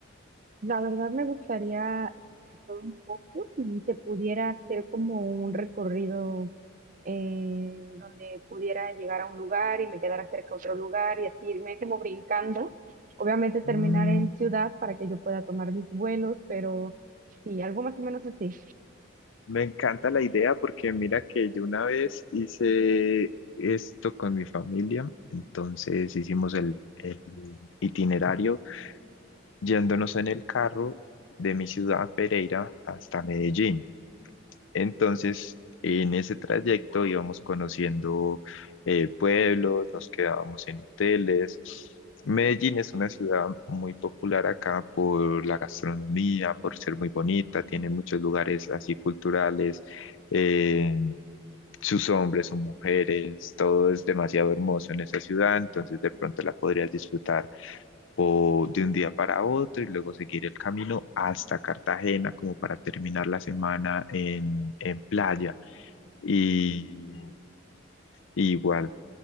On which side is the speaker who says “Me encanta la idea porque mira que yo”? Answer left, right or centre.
Left